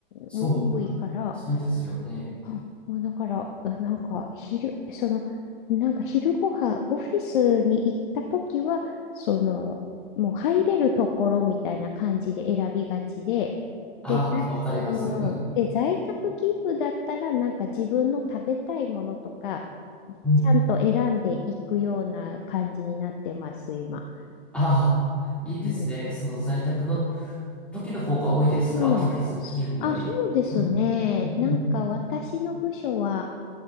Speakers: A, in the centre; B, on the left.
A: そう、
B: もう多いから、
A: そうですよね。
B: あもうだから、あなんか昼、その、なんか昼ご飯、オフィスに行った時は、その、もう入れるところみたいな感じで選びがちで、
A: あ、
B: で、ざ
A: わかります。
B: うんで、
A: うん。
B: 在宅勤務だったら、なんか自分の食べたいものとか、
A: うんうん。
B: ちゃんと選んでいくような感じになってます、今。
A: ああ、いいですね。
B: うん。
A: その在宅の時の方が多いですかオフィス勤務より。
B: うん。そあ、そうですね。
A: うん。うんうん。
B: なんか私の部署は、